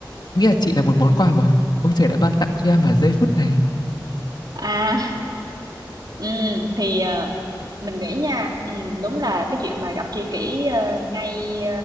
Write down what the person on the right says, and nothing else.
À, Ừ, thì ờ, mình nghĩ nha ừ, đúng là cái chuyện mà gặp tri kỷ ờ, ngay